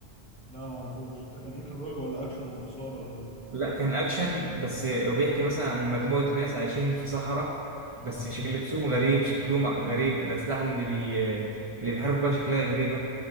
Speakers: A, in the centre; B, on the right (about 30°).
A: لا ما اعرفوش ده كان ايه كان رعب ولا اكشن ولا اثاره ولا
B: لا كان اكشن بس آه، وبيحكي مثلا عن مجموعه ناس عايشين في صحراء
A: اه
B: بس شكل لبسهم غريب شكلهم غريب الاسلحه اللي بي آه، اللي بيحاربوا بيها شكلها غريبه